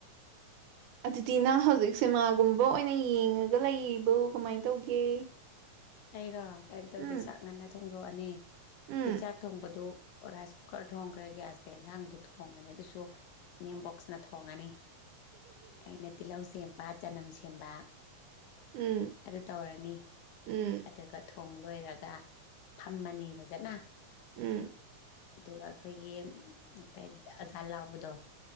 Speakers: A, on the right; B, on the left.
A: ꯑꯗꯨꯗꯤ ꯅꯪ ꯍꯧꯖꯤꯛ ꯁꯦꯃꯥꯒꯨꯝꯕ ꯑꯣꯏꯅ ꯌꯦꯡꯉꯒ ꯂꯩꯔꯤꯕ‌ꯣ ꯀꯃꯥꯏꯅ ꯇꯧꯒꯦ
B: ꯑꯩꯔꯣ ꯀꯩꯝ ꯇꯧꯗꯦ
A: ꯎꯝ
B: ꯆꯥꯛ ꯉꯟꯅ ꯊꯣꯡꯗꯣꯛꯑꯅꯤ ꯑꯗ‌‌ꯩ
A: ꯎꯝ
B: ꯆꯥꯛ ꯊꯣꯡꯕꯗꯨ ꯔꯥꯏꯁ ꯀꯨꯀꯔ ꯊꯣꯡꯈ꯭ꯔꯦ ꯒ꯭ꯌꯥꯁꯇ ꯌꯦꯟꯁꯥꯡꯗꯨ ꯊꯣꯡꯉꯅꯤ ꯑꯗꯨꯁꯨ ꯏꯅ‌ꯦꯝ ꯕꯣꯛꯁꯅ ꯊꯣꯡꯉꯅꯤ ꯑꯩꯅ ꯇꯤꯜꯂꯧ ꯁꯦꯝꯕ ꯆꯅꯝ ꯁꯦꯝꯕ
A: ꯎꯝ
B: ꯑꯗꯨ ꯇꯧꯔꯅꯤ
A: ꯎꯝ
B: ꯑꯗꯨꯒ ꯊꯣꯡ ꯂꯣꯏꯔꯒ ꯐꯝꯃꯅꯤ ꯐꯖꯅ
A: ꯎꯝ
B: ꯑꯗꯨꯒ ꯑꯩꯈꯣꯏꯒꯤ ꯎꯝ ꯀꯩ ꯑꯖꯥ ꯂꯥꯎꯕꯗꯣ